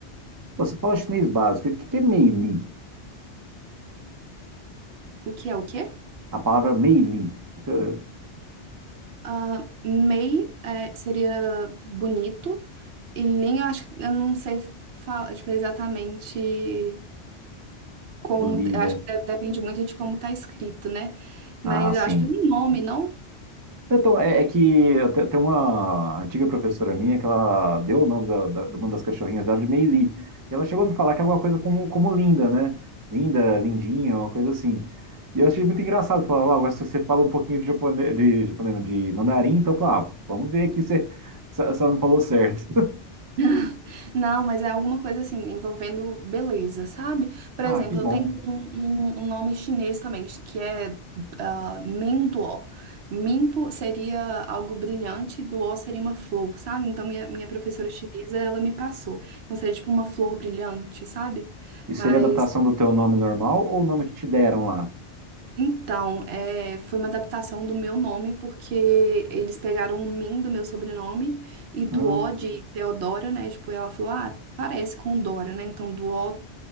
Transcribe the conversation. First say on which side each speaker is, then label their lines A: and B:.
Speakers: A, on the right; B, on the right.
A: Você fala chinês básico. O que que é meili?
B: O que é o quê?
A: A palavra meili. Então,
B: ah mei é, seria bonito, e lin, eu acho que eu não sei falar, tipo, exatamente. como,
A: o li,
B: eu
A: né?
B: acho que de- depende muito de como tá escrito, né? Mas
A: Ah, sim.
B: eu acho que é um nome, não?
A: Então, é, é que eu te- tem uma antiga professora minha que ela deu o nome da, da, de uma das cachorrinhas dela de Meili. E ela chegou a me falar que é alguma coisa como, como linda, né? Linda, lindinha, uma coisa assim. E eu achei muito engraçado. Falar, ah, agora se você fala um pouquinho de japonês, de, japonês, não, de mandarim, então eu falava, ah, vamos ver aqui se, se, se ela me falou certo. <laughs>
B: <laughs> Não, mas é alguma coisa assim, envolvendo beleza, sabe? Por
A: Ah,
B: exemplo,
A: que bom.
B: eu tenho um, um- um nome chinês também, que é ah, Menduo. Minpo seria algo brilhante, duo seria uma flor, sabe? Então, minha, minha professora chinesa, ela me passou. Então, seria tipo uma flor brilhante, sabe?
A: E
B: Mas
A: seria adaptação do teu nome normal ou o nome que te deram lá?
B: Então, é, foi uma adaptação do meu nome, porque eles pegaram o Min do meu sobrenome e do
A: Hum,
B: O de Teodora, né? Tipo, ela falou, ah, parece com Dora, né? Então, do O,